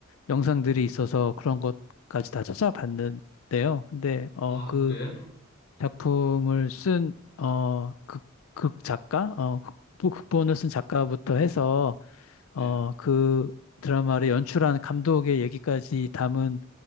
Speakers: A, on the left; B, on the left.
A: 영상들이 있어서 그런 것까지 다 찾아봤는데요. 근데, 어,
B: 아,
A: 그
B: 그래요?
A: 작품을 쓴, 어, 극, 극 작가? 어, 극- 극본을 쓴 작가부터 해서, 어,
B: 네.
A: 그 드라마를 연출한 감독의 얘기까지 담은